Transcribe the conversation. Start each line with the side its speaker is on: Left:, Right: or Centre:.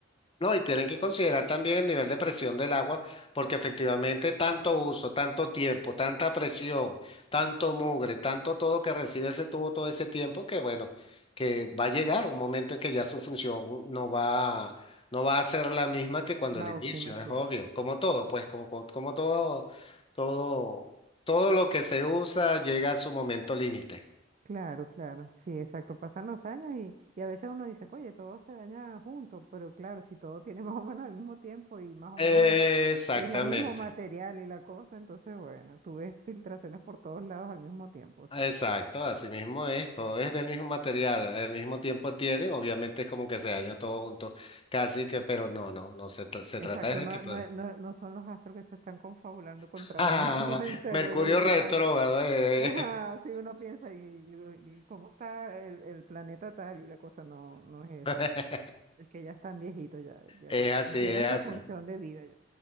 Left: no, y tienen que considerar también el nivel de presión del agua, porque efectivamente tanto uso, tanto tiempo, tanta presión, tanto mugre, tanto todo que recibe ese tubo todo ese tiempo, que bueno, que va a llegar un momento en que ya su función no va, no va a ser la misma que cuando
Right: La
Left: el inicio,
Right: óptima, sí.
Left: es obvio, como todo, pues como, como como todo, todo, todo lo que se usa llega a su momento límite.
Right: Claro, claro, sí, exacto. Pasan los años y, y a veces uno dice, oye, todo se daña junto, pero claro, si todo tiene <laughs> más o menos el mismo tiempo y más o
Left: Exactamente,
Right: menos el, el, el mismo material y la cosa, entonces, bueno, tú ves filtraciones por todos lados al mismo tiempo, o sea
Left: exacto,
Right: que,
Left: así mismo es, todo es del mismo material, el mismo tiempo tienen, obviamente es como que se daña todo junto, casi que, pero no, no, no, se, tra- se
Right: exacto,
Left: trata de
Right: no,
Left: que todo
Right: no,
Left: es.
Right: es- no, no son los astros que se están confabulando contra
Left: <laughs>
Right: uno, <laughs> no, en serio,
Left: Mercurio
Right: uno dice,
Left: retrógrado,
Right: no, no.
Left: eh,
Right: Ajá, sí, uno piensa, y, y- y cómo está el, el planeta tal y la cosa, no, no es eso.
Left: <laughs>
Right: Es que ya están viejitos, ya, ya
Left: es así,
Right: cumplieron
Left: es
Right: su
Left: así.
Right: función de vida.